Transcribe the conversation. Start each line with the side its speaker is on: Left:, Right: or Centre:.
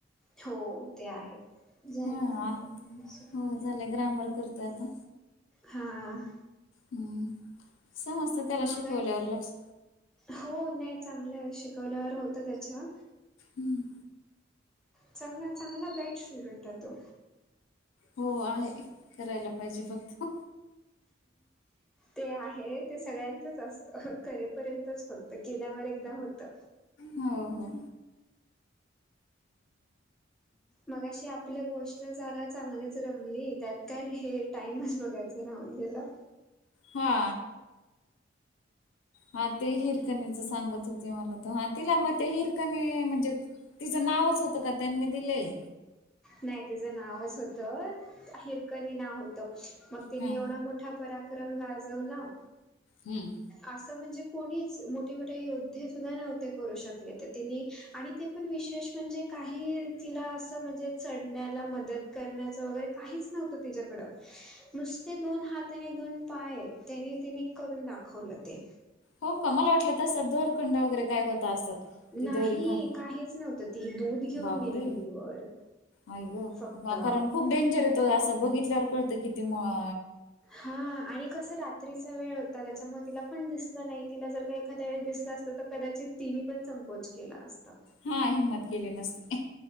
Centre: हो, ते आहे. झालंय
Left: हा
Centre: का मम्मी <unintelligible> तुमचं
Left: हो
Centre: काम?
Left: झालं ग्रामर करतोय आता.
Centre: हां.
Left: हम्म, समजतं त्याला
Centre: मग
Left: शिकवल्यावर लक्ष
Centre: हो नाई चांगलं ए. शिकवल्यावर होतं त्याच्या
Left: हम्म.
Centre: चांगला चांगला ब्राईट स्टुडंट ए तो!
Left: हो आहे, करायला पाहिजे फक्त.
Centre: ते आहे, ते सगळ्यांचच असतं करे -पर्यंतच फक्त, केल्यावर एकदा होतं.
Left: हो हो.
Centre: मगाशी आपल्या गोष्ट जरा चांगलीच रंगली त्यात काय हे टाईमच बघायचं राहून गेला.
Left: हा. हा ते हिरकणीचं सांगत होते मला, तर हा तिला मग ते हिरकणे म्हणजे तिचं नावच होतं का, त्यांनी दिलंय?
Centre: नाई तिचं नावच होतं. हिरकनी नाव हो -तं मग तिने
Left: हम्म
Centre: एवढा मोठा पराक्रम गाजवला
Left: हम्म.
Centre: आसं म्हणजे कोणीच मोठे मोठे योद्धे सुद्धा नव्हते करू शकले तर तिनी आणि ते पण विशेष म्हणजे काही तिला असं म्हणजे, चढण्याला मदत करण्याचं वगैरे काहीच नव्हतं तिच्याकडं नुसते दोन हात आणि दोन पाय, तरी तिने करून दाखवलं ते
Left: हो का? माला वाटलं तसा धोरखंड वगैरे काय व्हता असं. ते
Centre: नाही
Left: दोरी खाली
Centre: काहीच नव्हतं, ती दूध घेऊन
Left: बापरे
Centre: गेलेली वर
Left: आई ग
Centre: फक्त
Left: हा कारण खूप डेंजर आहे तो असं बघितल्यावर कळतं किती मवा
Centre: हा आणि कस रात्रीचा वेळ होता त्याच्यामुळे तिला पण दिसलं नाही तिला जर का एखाद्या वेळेस दिसलं असतं तर कदाचित तिनी पण संकोच केला असता
Left: हा हिंमत केली नसती